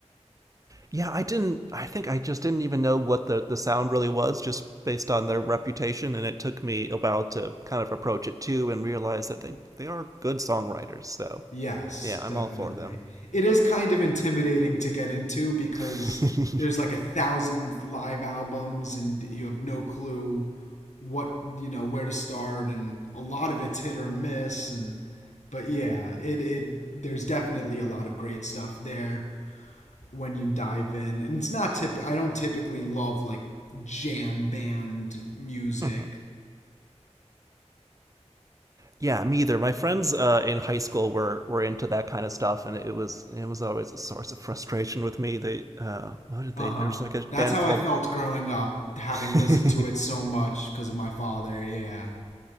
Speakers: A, on the right; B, on the left.
A: Yeah, I didn't. I think I just didn't even know what the the sound really was, just based on their reputation, and it took me a while to kind of approach it too and realize that they they are good songwriters. So
B: Yes,
A: yeah, I'm
B: definitely.
A: all for them.
B: It is kind of intimidating to get into because
A: <laughs>
B: there's like a thousand live albums and you have no clue what, you know, where to start and a lot of it's hit or miss and but yeah, it it there's definitely a lot of great stuff there when you dive in. And it's not tip I don't typically love like jam band music.
A: Mhm. Yeah, me either. My friends uh, in high school were were into that kind of stuff, and it was it was always a source of frustration with me. They uh, what did
B: Uh
A: they?
B: huh.
A: There's like a
B: That's
A: band
B: how
A: called
B: I felt growing up, having
A: <laughs>
B: listened to it so much because of my father. Yeah.